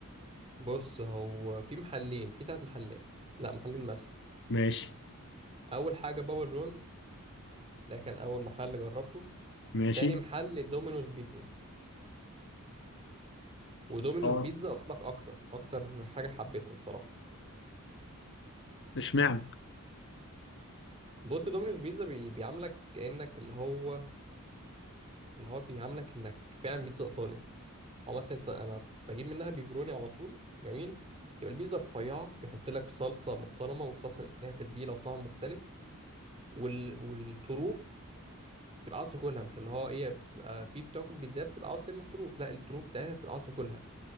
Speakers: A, on the right (about 25°); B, on the left (about 55°).
A: بص هو في محلين في ثلاث محلات لا محلين بس
B: ماشي
A: اول حاجه بابا جونز ده كان اول محل جربته
B: ماشي
A: تاني محل دومينوز بيتزا ودومينوز
B: اه
A: بيتزا اقول لك اكتر اكتر حاجه حبيتها الصراحه
B: اشمعنى
A: بص دومينوز بيتزا بي... بيعاملك كانك اللي هو اللي هو بيعاملك انك فعلا بيتزا ايطالي او مثلا انت انا بجيب منها بيبروني على طول جميل يبقى البيتزا رفيعه بيحط لك صلصه محترمه والصلصه ليها تتبيله وطعم مختلف وال... والطروف تبقى عاوز تاكلها مش اللي هو ايه بتبقى في بتاكل بيتزا بتبقى عاوز ترمي الطروف لا الطروف بتاعتها بتبقى عاوز تاكلها